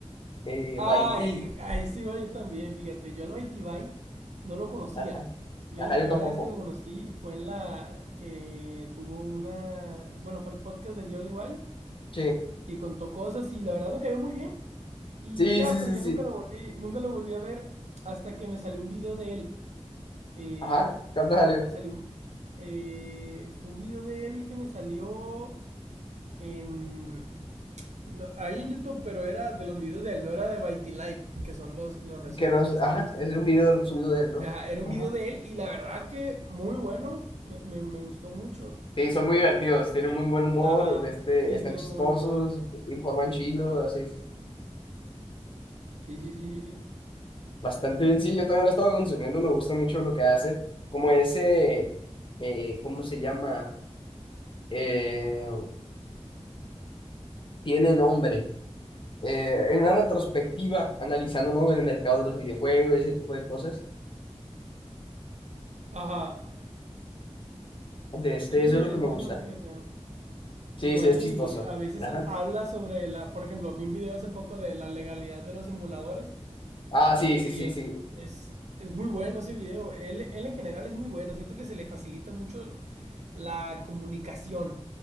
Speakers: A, on the left; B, on the right.
A: Eh,
B: Ay,
A: Baiti.
B: ahí sí va yo también, fíjate. Yo al Bitey Byte no lo conocía.
A: Ajá.
B: Yo
A: Ajá,
B: la
A: yo
B: primera
A: tampoco.
B: vez que lo conocí fue en la que tuvo una. Bueno, fue el podcast del Jordi Wild
A: Sí.
B: y contó cosas y la verdad me cayó muy bien. Y
A: Sí,
B: ya,
A: sí,
B: pero
A: sí,
B: ya
A: sí.
B: nunca lo volví, nunca lo volví a ver hasta que me salió un video de él. Eh,
A: Ajá, cuando salió.
B: me salió un- eh, fue un video de él que me salió en. No, ahí en YouTube, pero era de los videos de él, no era de Bitey Live, que son los, los resúmenes
A: Que los,
B: de los streams.
A: ajá, es un video subido de él, ¿no?
B: Ajá, era un
A: Ajá.
B: video de él y la verdad que muy bueno, me, me, me gustó mucho.
A: Sí, son muy divertidos, tienen muy buen humor,
B: Ajá,
A: este,
B: sí,
A: están
B: tiene
A: chistosos,
B: muy buen humor.
A: informan chilo, así.
B: Sí, sí, sí, sí, sí.
A: Bastante bien, sí, yo también lo estaba consumiendo, me gusta mucho lo que hace, como ese, eh, ¿cómo se llama? Eh, tiene nombre. Eh, en una retrospectiva, analizando ¿no? el mercado de los videojuegos y ese tipo de cosas,
B: Ajá,
A: de este,
B: sí,
A: eso
B: es,
A: es lo
B: es
A: que me
B: bueno,
A: gusta.
B: fíjate.
A: Sí,
B: Igual
A: sí, es chistoso.
B: y a veces
A: Ajá.
B: habla sobre la, por ejemplo, vi un video hace poco de la legalidad de los emuladores
A: Ah, sí,
B: y, y
A: sí, sí,
B: es,
A: sí.
B: es, es muy bueno ese video. Él, él en general es muy bueno, siento que se le facilita mucho la comunicación